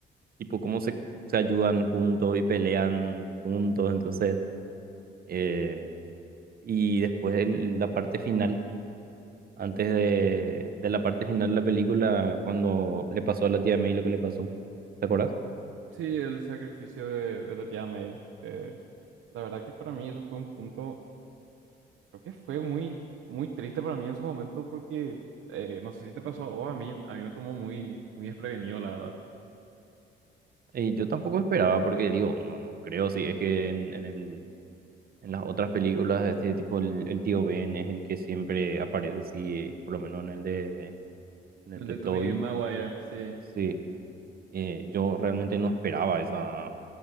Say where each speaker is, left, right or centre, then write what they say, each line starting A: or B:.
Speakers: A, on the right; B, on the right.
A: tipo cómo se, se ayudan juntos y pelean juntos, entonces, eh, y después el- la parte final, antes de, de la parte final de la película, cuando le pasó a la tía May lo que le pasó, ¿te acuerdas?
B: Sí, el sacrificio de, de la tía May. eh, la verdad que para mí eso fue un punto, creo que fue muy, muy triste para mí en su momento porque, eh, no sé si te pasó a vos, a mí, a mí me tomó muy, muy desprevenido, la verdad.
A: Y yo tampoco esperaba, porque digo, no, no creo, sí, es que en, en el, en las otras películas de este tipo, el, el tío Ben es el que siempre aparece, sí, por lo menos en el de, en
B: El
A: el de
B: de
A: Toby,
B: Tobey Maguire, sí.
A: sí. Eh, yo realmente no esperaba esa,